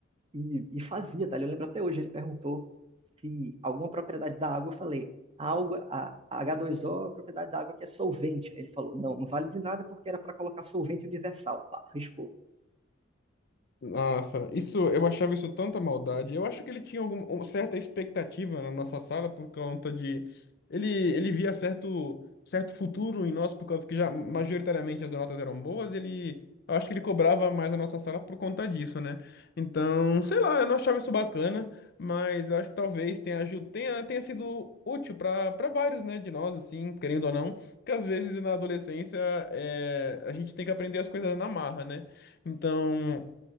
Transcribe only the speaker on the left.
Nossa, isso eu achava isso tanta maldade. Eu acho que ele tinha alguma uma certa expectativa na nossa sala por conta de ele ele via certo certo futuro em nós por causa que já majoritariamente as notas eram boas, ele eu acho que ele cobrava mais a nossa sala por conta disso, né? Então, sei lá, eu não achava isso bacana, mas eu acho que talvez tenha aju- tenha tenha sido útil para para vários, né, de nós assim, querendo ou não, que às vezes na adolescência é, a gente tem que aprender as coisas na marra, né? Então,